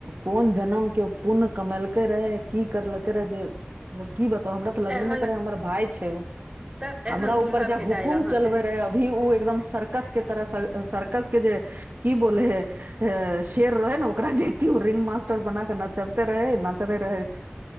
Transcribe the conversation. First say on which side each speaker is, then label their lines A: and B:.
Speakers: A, on the right (about 50°); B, on the right (about 25°).
A: कोन जनम के उ पुण्य कमेलकै रहए की करलकै रहए जे की बताऊ हमरा तऽ लगबे
B: एहन
A: नइ करे हमर भाय छै ओ
B: तऽ एहन
A: हमरा ऊपर
B: दूल्हा
A: जे
B: भेटायल
A: हुकुम
B: अहाँ
A: चलबे रहे अभी ओ एकदम सर्कस के तरह सर्कस के जे की बोलेहे हे शेर रहै ने ओकरा जे की ओ रिंग मास्टर बना के नचेबते रहे नाचते रहे छै